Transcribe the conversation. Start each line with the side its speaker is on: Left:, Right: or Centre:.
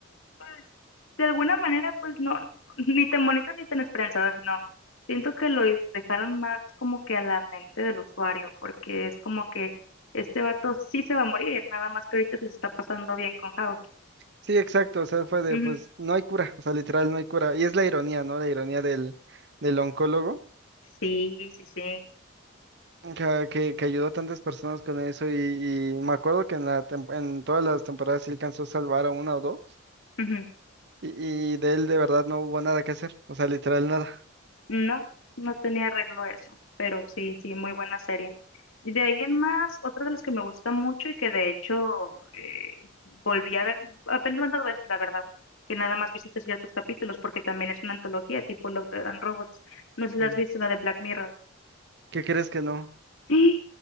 Left: pues, de alguna manera, pues no, <laughs> ni tan bonito ni tan esperanzador, sino siento que lo dejaron más como que a la mente del usuario, porque es como que este vato sí se va a morir, nada más que ahorita se está pasando bien con House.
Right: Sí, exacto, o sea, fue de,
Left: Ujú.
Right: pues no hay cura, o sea, literal no hay cura. Y es la ironía, ¿no? La ironía del, del oncólogo.
Left: Sí, sí, sí.
Right: Que, que, que ayudó a tantas personas con eso y, y me acuerdo que en la tem- en todas las temporadas sí alcanzó a salvar a una o dos.
Left: Ujú.
Right: Y, y de él de verdad no hubo nada que hacer, o sea, literal nada.
Left: No, no tenía arreglo eso, pero sí, sí, muy buena serie. Y de ahí en más, otra de las que me gusta mucho y que de hecho eh, volví a ver apenas tantas veces, la verdad, que nada más visité ciertos capítulos porque también es una antología tipo Love, Death and Robots. No sé si la
Right: Mm,
Left: has visto, la de Black Mirror. <gasps>
Right: ¿Qué crees que no?
Left: ¡Ah!